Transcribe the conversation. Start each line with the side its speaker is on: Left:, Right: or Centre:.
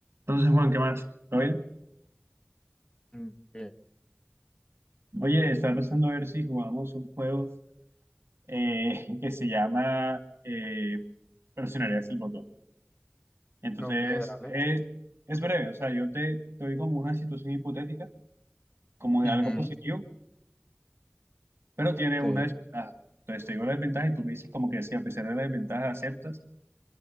Right: Entonces, Juan, ¿qué más? ¿Todo bien?
Left: Mm, Bien.
Right: Oye, estaba pensando a ver si jugamos un juego eh, <laughs> que se llama eh, Presionarías el botón. Entonces,
Left: Ok, dale.
Right: es, es breve, o sea, yo te, te doy como una situación hipotética, como de
Left: Ujú,
Right: algo positivo, pero tiene
Left: Sí,
Right: una desventaja. Entonces, te digo la desventaja y tú me dices como que si a pesar de la desventaja aceptas,